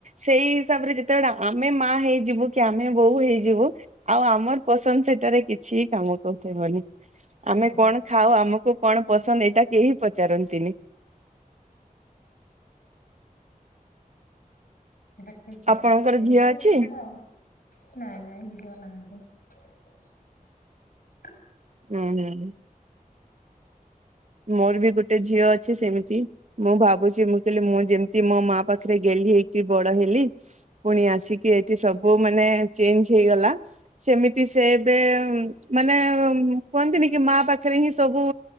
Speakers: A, on the right; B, on the left.
A: ସେଇ ହିସାବରେ ଯେତେବେଳେ ଆମେ ମା ହେଇଯିବୁ କି ଆମେ ବୋହୂ ହେଇଯିବୁ ଆଉ ଆମର ପସନ୍ଦ ସେଠାରେ କିଛି ଠିକାମ। କହିବନି ଆମେ
B: ଆଜ୍ଞା
A: କଣ ଖାଉ ଆମକୁ କଣ ପସନ୍ଦ ଏଇଟା କେହି ପଚାରନ୍ତିନି।
B: ସେଇଟା ଠିକ କରି
A: ଆପଣଙ୍କର
B: ଏମିତି
A: ଝିଅ ଅଛି?
B: କଥାଟା ଆଉ ନାଇଁ ନାଇଁ ଝିଅ ନାହାନ୍ତି। <inaudible>
A: ହୁଁ ହୁଁ। ମୋର ବି ଗୋଟେ ଝିଅ ଅଛି ସେମିତି ମୁଁ ଭାବୁଛି ମୁଁ କହିଲି ମୁଁ ଯେମିତି ମୋ ମା ପାଖରେ ଗେହ୍ଲି ହେଇକି ବଡ଼ ହେଲି ପୁଣି ଆସିକି ଏଠି ସବୁ ମାନେ ଚେନ୍ଜ୍ ହେଇଗଲା ସେମିତି ସେ ଏବେ ମାନେ କୁହନ୍ତିନି କି ମା ପାଖରେ ହିଁ ସବୁ